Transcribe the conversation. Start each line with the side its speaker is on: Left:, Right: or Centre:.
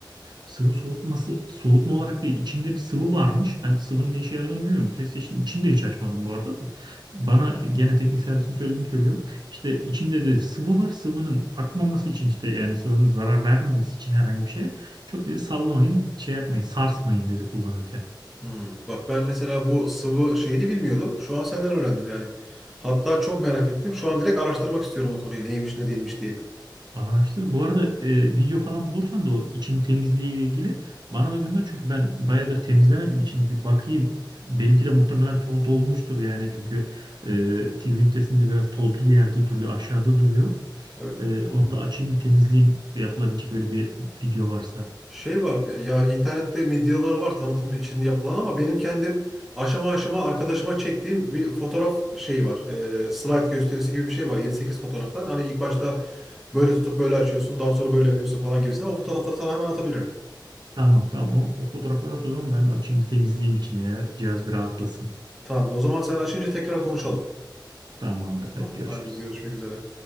Right: Sıvı soğutması soğutma olarak değil içinde bir sıvı varmış. Ben sıvının ne işe yaradığını bilmiyorum. PlayStation'ın içini de hiç açmadım bu arada da. Bana gene teknik servisin söylediğini söylüyorum. İşte içinde de sıvı var. Sıvının akmaması için işte yani sıvının zarar vermemesi için herhangi bir şey. Çok dedi sallamayın şey yapmayın sarsmayın dedi kullanırken.
Centre: Hmm, bak ben mesela bu sıvı şeyini bilmiyordum. Şu an senden öğrendim yani. Hatta çok merak ettim. Şu an direkt araştırmak istiyorum o konuyu neymiş ne değilmiş diye.
Right: Araştır. Bu arada e, video falan bulursan da o için temizliği ile ilgili bana da gönder. Çünkü ben bayağıdır temizlemedim içini bir bakayım. Benimki de muhtemelen toz dolmuştur yani. Çünkü e, TV ünitesinde biraz tozlu bir yerde duruyor. Aşağıda duruyor.
Centre: Evet.
Right: E, onu da açayım bir temizleyeyim. Yapılabilecek öyle bir video varsa.
Centre: Şey var ya internette medyaları var tanıtımı için yapılan ama benim kendim aşama aşama arkadaşıma çektiğim bir fotoğraf şeyi var. Ee, slide gösterisi gibi bir şey var. yedi sekiz fotoğraftan. Hani ilk başta böyle tutup böyle açıyorsun daha sonra böyle yapıyorsun falan gibisine. O fotoğrafları sana hemen atabilirim.
Right: Tamam tamam o, o fotoğrafları at o zaman ben de açayım bir temizleyeyim içini ya. Cihaz bir rahatlasın.
Centre: Tamam o zaman sen açınca tekrar konuşalım.
Right: Tamamdır hadi
Centre: Tamam,
Right: görüşürüz.
Centre: hadi görüşmek üzere.